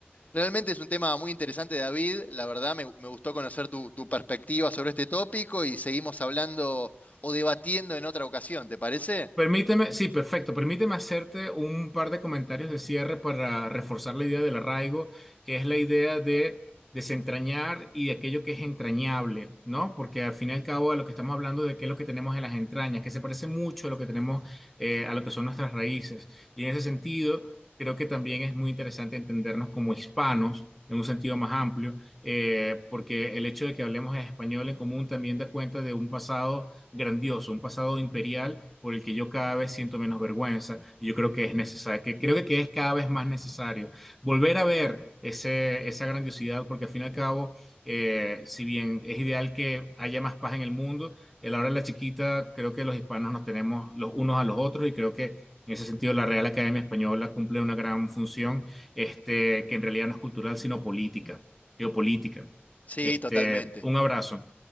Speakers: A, on the left (about 40°); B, in the centre.
A: Realmente es un tema muy interesante, David. La verdad, me, me gustó conocer tu, tu perspectiva sobre este tópico y seguimos hablando o debatiendo en otra ocasión, ¿te parece?
B: Permíteme, sí, perfecto. Permíteme hacerte un par de comentarios de cierre para reforzar la idea del arraigo, que es la idea de desentrañar y de aquello que es entrañable, ¿no? Porque al fin y al cabo de lo que estamos hablando de qué es lo que tenemos en las entrañas, que se parece mucho a lo que tenemos, eh, a lo que son nuestras raíces. Y en ese sentido, creo que también es muy interesante entendernos como hispanos. en un sentido más amplio, eh, porque el hecho de que hablemos español en común también da cuenta de un pasado grandioso, un pasado imperial por el que yo cada vez siento menos vergüenza y yo creo que es necesario, que creo que es cada vez más necesario volver a ver ese, esa grandiosidad porque al fin y al cabo, eh, si bien es ideal que haya más paz en el mundo, a la hora de la chiquita creo que los hispanos nos tenemos los unos a los otros y creo que En ese sentido, la Real Academia Española cumple una gran función, este, que en realidad no es cultural, sino política, geopolítica.
A: Sí,
B: Este,
A: totalmente.
B: un abrazo.